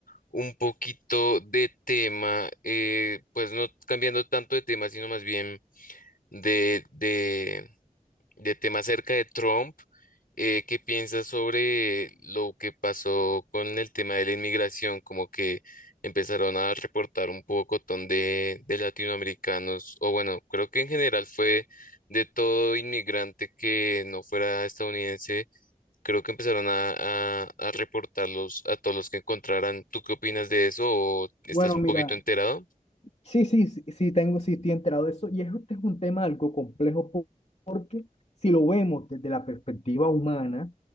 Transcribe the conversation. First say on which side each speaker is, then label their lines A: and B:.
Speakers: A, on the left (about 80°); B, on the left (about 50°).
A: un poquito de tema, eh, pues no cambiando tanto de tema, sino más bien de, de, de tema acerca de Trump. eh, ¿qué piensas sobre lo que pasó con el tema de la inmigración? Como que empezaron a reportar un pocotón de, de latinoamericanos, o bueno, creo que en general fue de todo inmigrante que no fuera estadounidense, creo que empezaron a, a, a reportarlos a todos los que encontraran. ¿Tú qué opinas de eso o estás
B: Bueno,
A: un
B: mira,
A: poquito enterado?
B: sí, sí, sí, sí tengo, sí estoy enterado de eso, y es- este es un tema algo complejo po- porque si lo vemos desde la perspectiva humana,